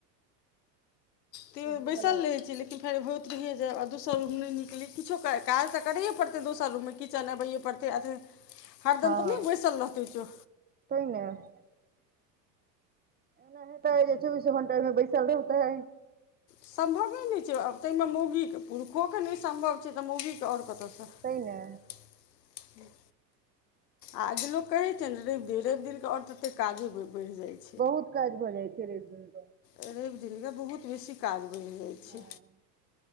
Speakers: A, on the left; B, on the right.
A: तैयोऽ
B: ए सी
A: बैसल
B: वला
A: रहै छियै, लेकिन फेर होइत रहिए जे, आ दोसर रूम नै निकली, किछो काज तऽ करैये परतै दोसर रूम मे किचन अबैये परतै। हरदम
B: हँ
A: त नै बैसल रहतै।
B: तै ने एना से हेतै, चौबीसो घंटा ओइमे बैसल रहतै।
A: सम्भवे नहि छै, आब तहिमे मौगीके पुरुषो के नहि सम्भव छै तऽ, मौगी के। त और कतऽ से।
B: तै ने
A: और लोक कहैत छै ने रवि दिन, रवि दिन के आओर तते काजे बढ़ि जाइत छै।
B: बहुत काज भऽ जाइत छै, रैब दिन के।
A: रवि दिन के बहुत बेसी काज बढ़ि जाइत छै।
B: हँ